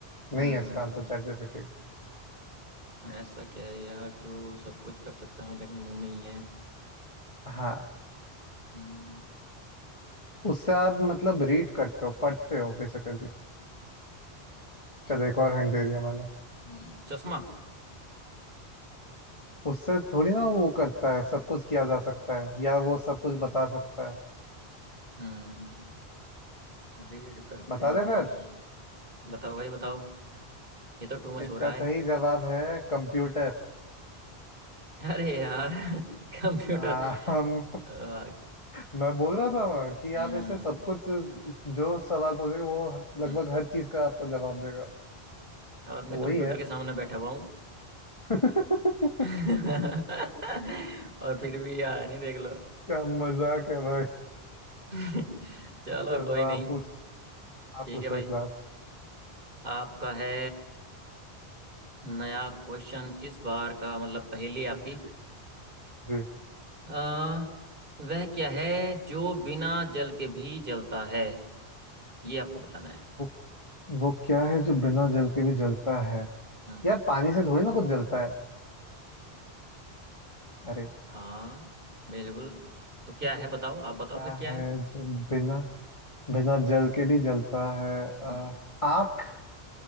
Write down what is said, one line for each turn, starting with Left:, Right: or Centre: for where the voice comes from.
Left: नहीं
Right: हम्म,
Left: है इसका आंसर चैट जीपीटी
Right: ऐसा क्या है यार जो सब कुछ कर सकता हूँ लेकिन मुंह नहीं है
Left: हाँ
Right: हम्म,
Left: उससे आप मतलब रीड करते हो पढ़ते हो बेसिकली चलो एक और हिंट दे दिया मैंने
Right: हम्म, चश्मा
Left: उससे थोड़ी ना वो करता है सब कुछ किया जा सकता है या वो सब कुछ बता सकता है
Right: हम्म रीड करते
Left: बता दे
Right: हैं
Left: फिर
Right: बताओ भाई बताओ ये तो टू मच
Left: इसका
Right: हो रहा है
Left: सही जवाब है कंप्यूटर
Right: अरे यार <laughs> कंप्यूटर
Left: हाँ हम
Right: आ,
Left: मैं बोल रहा था कि
Right: हम्म
Left: आप इससे सब कुछ जो सवाल पूछेंगे वो लगभग
Right: हम्म,
Left: हर चीज का आपको जवाब देगा
Right: और मैं
Left: तो
Right: कंप्यूटर
Left: वही है
Right: के सामने बैठा हुआ हूँ
Left: <laughs>
Right: <laughs> और फिर भी यार नहीं देख लो
Left: क्या मजाक है भाई
Right: <laughs> चलो
Left: चलो
Right: कोई
Left: आप
Right: नहीं
Left: पूछो आप
Right: ठीक
Left: पूछो
Right: है भाई
Left: एक लास्ट
Right: आपका है नया क्वेश्चन इस बार का मतलब पहेली आपकी
Left: जी जी जी
Right: आ, वह क्या है जो बिना जल के भी जलता है ये आपको बताना है
Left: वो, वो क्या है जो बिना जल के भी जलता है
Right: हम्म
Left: यार पानी से थोड़ी ना कुछ जलता है अरे
Right: हाँ बिल्कुल तो क्या है
Left: वो
Right: बताओ आप बताओ
Left: क्या
Right: फिर क्या
Left: है
Right: है
Left: जो बिना बिना जल के भी जलता है
Right: हम्म
Left: अ, आँख